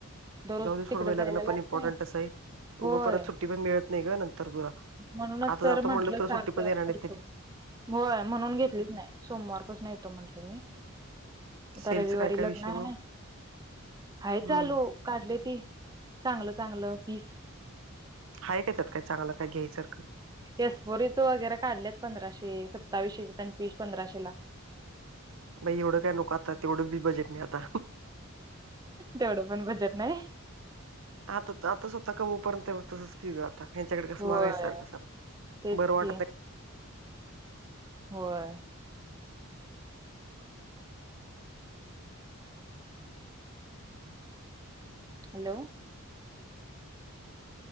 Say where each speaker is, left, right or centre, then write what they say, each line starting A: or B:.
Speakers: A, on the right; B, on the right.
A: दररोज
B: जाऊदे सोडबाय
A: तिकडे
B: लग्न
A: जायला लागतंय
B: पण इम्पॉर्टंटच आहे.
A: होय
B: उगं परत सुट्टी पण मिळत नाही ग नंतर तुला
A: म्हणूनच
B: आता
A: तर
B: जातो
A: म्हंटलं
B: म्हणलं तु
A: चार
B: सुट्टी पण
A: ते
B: देणार
A: आठ
B: नाही
A: करतो.
B: त्याली
A: होय म्हणून घेतलीच नाही सोमवारपासून येतो म्हटलं मी आता
B: सेलचं
A: रविवारी
B: काय काय
A: लग्न
B: विषय
A: आहे.
B: मग
A: हाय
B: हम्म
A: चालू. काढले ते चांगलं चांगलं पीस.
B: आहे काय त्यात काय चांगलं काय घ्यायसारखं?
A: एस. बो. री. च वगैरे काढल्यात पंधराशे, सताविषेचे पीस पंधराशे ला.
B: बई एवढं काय नोकत आता तेवढं बी बजेट नाही आता.
A: तेवढं पण बजेट नाही
B: आता आता स्वतः कमपर्यंत तसंच की ग. हच्याकडे कसं
A: होय
B: मागायचं सारख सारख
A: तेच
B: बरं वाटत
A: की
B: नाही.
A: होय. Hello.